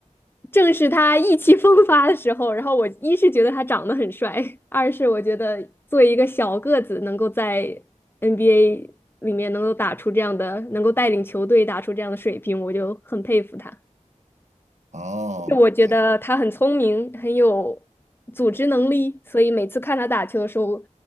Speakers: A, on the left; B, on the right.
A: 正是他意气风发的时候。然后我一是觉得他长得很帅，二是我觉得作为一个小个子，能够在 NBA 里面能够打出这样的，能够带领球队打出这样的水平，我就很佩服他。
B: 哦，
A: 我觉得他很聪明，
B: 哎呀。
A: 很有组织能力，所以每次看他打球的时候，